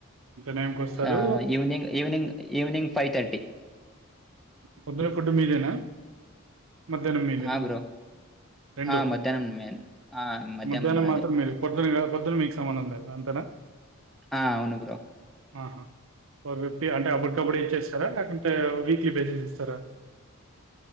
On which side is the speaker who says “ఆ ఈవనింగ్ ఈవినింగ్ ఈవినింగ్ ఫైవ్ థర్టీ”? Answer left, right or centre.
Centre